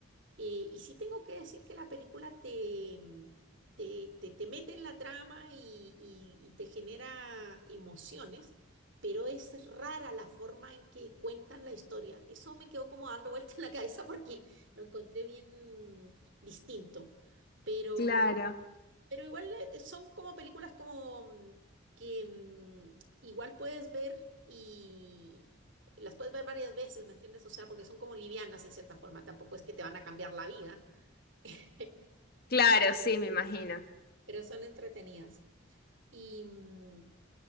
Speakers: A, on the right (about 65°); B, on the left (about 45°).
A: Eh, y sí tengo que decir que la película te, mm, te, te- te mete en la trama y, y- y te genera emociones, pero es rara la forma en que cuentan la historia. Eso me quedó como dando vuelta en la cabeza porque lo encontré bien mm, distinto. Pero
B: Claro,
A: pero igual eh, son como películas como mm, que mm, igual puedes ver y las puedes ver varias veces, ¿me entiendes? O sea, porque son como livianas en cierta forma, tampoco es que te van a cambiar la vida, <laughs>
B: claro, sí, me imagino.
A: pero son entretenidas. Y, mm,